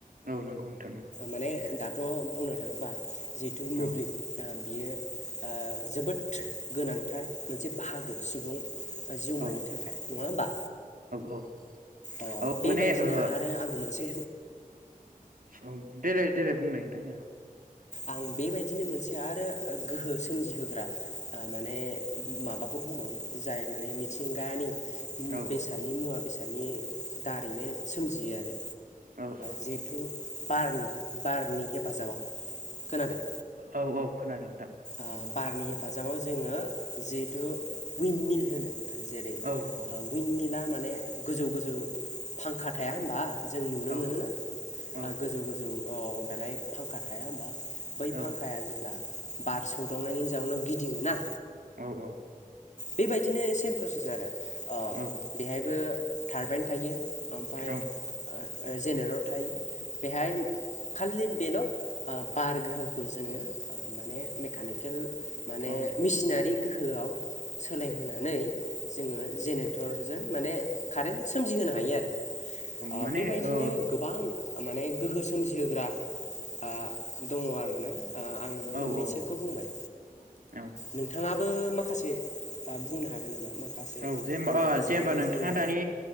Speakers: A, on the right; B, on the left.
A: औ नंगौ नोंथां नंगौ।
B: माने दाथ' बुंनो थाङोबा जिहेथु
A: औ
B: मोब्लिब बियो ओ जोबोद गोनांथार मोनसे बाहागो सुबुं जिउमानि
A: औ
B: थाखाय नङा होमबा?
A: औ
B: अ
A: औ
B: बेबायदिनो
A: माने ओ
B: आरो आं मोनसे
A: औ देलाय देलाय बुंलाय नोंथां।
B: आं बेबायदिनो मोनसे आरो गोहो सोमजिहोग्रा माने माबाखौ बुंबावनो जाय माने मिथिंगानि
A: औ
B: बेसादनि मुवा बेसादनि दारैनो सोमजियो आरो
A: औ औ
B: जिहेथु बारनि बारनि हेफाजाबाव खोनादों
A: औ औ खोनादों नोंथां।
B: ओ बारनि हेफाजाबाव जोङो जिहेथु इउन मिल होनो जेरै
A: औ औ
B: उनमिला माने गोजौ गोजौ फांखा थाया होमबा जों नुनो
A: औ
B: मोन ना
A: औ
B: गोजौ गोजौ दालाय फांखा थाया होमबा बै
A: औ
B: फांखाया जेब्ला बार सौदावनायनि जाउनाव गिदिङो ना
A: औ औ
B: बेबायदिनो सेम प्रसेस आरो ओ
A: औ
B: बेहायबो थारबाइन थायो ओमफ्राय
A: औ
B: जेनेरत बेहाय खालि बेल' बार गोहोखौ जोङो माने मेकानिकेल माने
A: औ
B: मेसिनारि गोहोआव सोलायहोनानै जोङो जेनेरेटरजों माने कारेन्ट सोमजिहोनो हायो आरो ओ
A: माने
B: बेबायदिनो
A: औ
B: गोबां माने गोहो सोमजिहोग्रा ओ दङ आरोना आं
A: औ
B: मोननैसोखौ
A: औ
B: बुंबाय
A: औ
B: नोंथाङाबो माखासे बुंनो हागोन नामा माखासे
A: औ जेनबा
B: मुवा बेसादनिफ्राय
A: जेनेबा नोंथाङा
B: जोङो
A: दानि